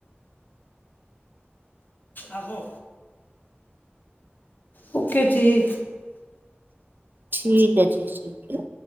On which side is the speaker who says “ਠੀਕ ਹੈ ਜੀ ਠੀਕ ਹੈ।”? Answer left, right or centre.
Right